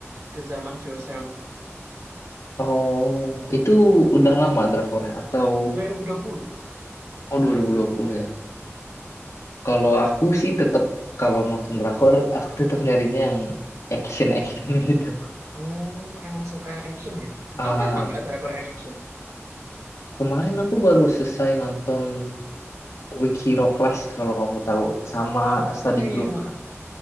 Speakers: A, on the right; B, on the left.
A: ke zaman Joseon
B: oh, itu udah lama drakornya atau
A: dua dua ribu dua puluh
B: Oh 2020 ya. Kalau aku sih tetap kalau nonton drakor aku tetap nyarinya yang action action <laughs> gitu.
A: Oh, emang suka yang action ya?
B: Ah,
A: Apa emang nggak drakor yang action?
B: kemarin aku baru selesai nonton Weak Hero Class kalau kamu tahu sama study
A: Iya, iya.
B: group.
A: ha.